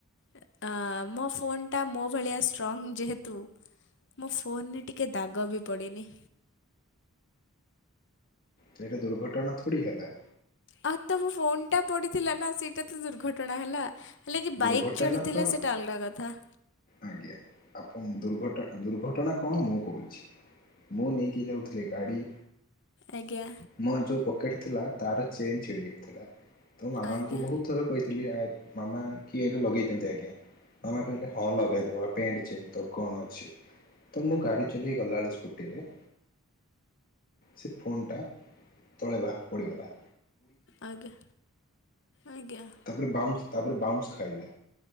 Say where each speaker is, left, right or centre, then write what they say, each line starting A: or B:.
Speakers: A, on the left; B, on the left.
A: ଏ ହାଁ ମୋ ଫୋନ୍ଟା ମୋ ଭଳିଆ ଷ୍ଟ୍ରଙ୍ଗ୍ ଯେହେତୁ। ମୋ ଫୋନରେ ଟିକେ ଦାଗ ବି ପଡ଼ିନି।
B: ତ ଏଇଟା ଦୁର୍ଘଟଣା ଥୋଡ଼ି ହେଲା।
A: ଆଉ ତ ମୋ ଫୋନ ଟା ପଡିଥିଲା ନା ସେଇଟା ତ ଦୁର୍ଘଟଣା ହେଲା। ହେଲେ କି
B: ଦୁର୍ଘଟଣା
A: ବାଇକ୍ ଚଢ଼ିଥିଲା
B: ତ
A: ସେଟା ଅଲଗା କଥା।
B: ଆଜ୍ଞା ଆପଣ ଦୁର୍ଘଟ ଦୁର୍ଘଟଣା କଣ ମୁଁ କହୁଛି। ମୁଁ ନେଇକି ଯାଉଥିଲି ଗାଡ଼ି।
A: ଆଜ୍ଞା।
B: ମୋର ଯୋଉ ପକେଟ ଥିଲା ତାର ଚେନ୍ ଛିଡ଼ି ଯାଇଥିଲା। ତ ମାମାଙ୍କୁ
A: ଆଜ୍ଞା
B: ବହୁତ ଥର କହିଥିଲି ଆ ମାମା। କି ଏଇଟା ଲଗେଇ ଦିଅନ୍ତୁ ଆଜ୍ଞା ମାମା କହିଲେ ହଁ ଲଗେଇଦେବା ପେଣ୍ଟ ଚେନ ତ କଣ ଅଛି। ତ ମୁଁ ଗାଡି ଚଲେଇ ଗଲାବେଳେ ସ୍କୁଟିରେ। ସେ ଫୋନ୍ ଟା ତଳେ ଭା ପଡିଗଲା।
A: ଆଜ୍ଞା ଆଜ୍ଞା।
B: ତାପରେ ବାଉନ୍ସ ତାପରେ ବାଉନ୍ସ ଖାଇଲା